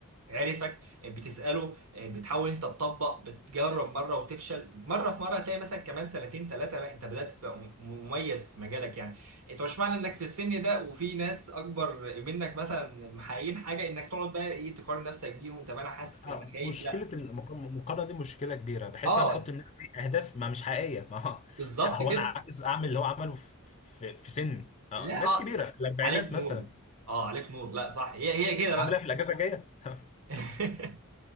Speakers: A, on the right; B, on the left.
A: عرفك آه، بتسأله آه، بتحاول انت تطبق بتجرب مرة وتفشل مرة في مرة تلاقي مثلا كمان سنتين ثلاثة لا انت بدأت تبقى م- مميز في مجالك يعني انت مش معنى انك في السن ده وفي ناس اكبر منك مثلا محققين حاجة انك تقعد بقى ايه تقارن نفسك بيهم طب انا حاسس
B: آه،
A: انا خايف
B: مشكله
A: لا
B: المق- المقارنه دي مشكله كبيره بحيث
A: اه
B: ان انا بحط لنفسي اهداف ما مش حقيقيه ما هو
A: بالظبط
B: <laughs> هو
A: كده
B: انا عايز اعمل اللي هو عمله في في في سن آه،
A: لا
B: ناس
A: اه
B: كبيره في الاربعينات
A: عليك نور
B: مثلا
A: اه عليك نور لا صح هي هي كده بقى
B: عاملها في الاجازه الجايه <laughs>
A: <laughs>